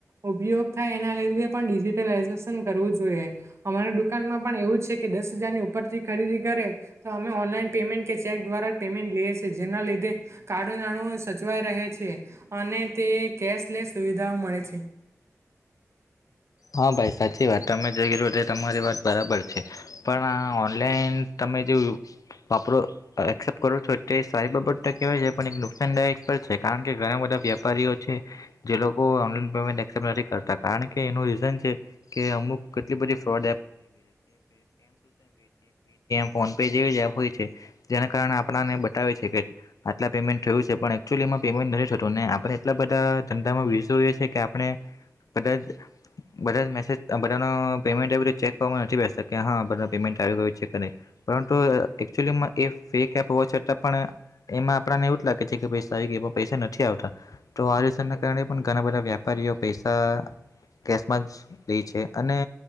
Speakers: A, on the right; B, on the left.
A: ઉપયોગ થાય એના લીધે પણ ડિજીિટલાઈઝેશન કરવું જોઈએ. અમારા દુકાનમાં પણ એવું જ છે કે દસ હજારની ઉપર થી ખરીદી કરે તો અમે ઓનલાઈન પેમેન્ટ કે ચેક. દ્વારા પેમેન્ટ લઈ છે જેના લીધે કાળુ નાણું સચવાઈ રહે છે અને તે. કેશલેસ સુવિધાઓ મળે છે.
B: હા ભાઈ સાચી વાત તમે જ તમારી વાત બરાબર છે પણ આ ઓનલાઈન. સમમેજવું <inaudible> પરો એક્સેપ્ટ કરો છો તે સારી બાબર કહેવાય છે પણ એક નુકસાનદાયક પર છે કારણ કે ઘણાધા. વેપારીઓ છે જે લોકો ઓનલા પેમેન્ટ નથી કરતા કારણ કે એ. કે અમુક કેટલી બધ ફ્રો. ફોન પે જેવી જ એપ હોય છે જેના કારણે આપણાને બતાવે છે કે આટલા પેમેન્ટ થયું છે પણ એચુઅલી એમાં. પેન્ટ નથી થતું આપણે એટલા બધા ધંધામાં વિસ છે કે આપણે બધા. બધા મેસેજ બધાનો પેમેન્ટ એ બધ ચેક કરવામાં નથી બેતા હા બધા પેમેન્ટ આવ ગ ચેક કરી. પરંતુ એકક્ચુઅલીમાં એ ફેક એપ હોવા છતાં પણ એમાં આપણને એવું જ લાગે છે કે પૈસા આવી ગયો. પ નથી આવતા કાર ઘણા બધા વેપારીઓ પૈસા. <unintelligible> છે. અને